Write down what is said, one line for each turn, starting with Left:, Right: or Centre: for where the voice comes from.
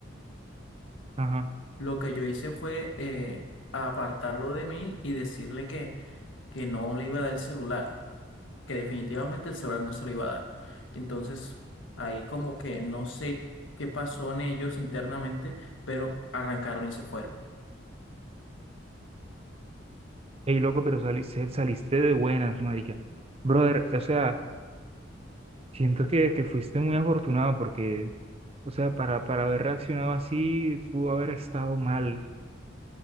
Right: Ajá.
Left: Lo que yo hice fue eh, apartarlo de mí y decirle que, que no le iba a dar el celular. que definitivamente el celular no se lo iba a dar. Entonces, ahí como que no sé qué pasó en ellos internamente, pero arrancaron y se fueron.
Right: Ey, loco, pero sali- se- saliste de buenas, marica. Brother, o sea, siento que, que fuiste muy afortunado porque, o sea, para, para haber reaccionado así, pudo haber estado mal.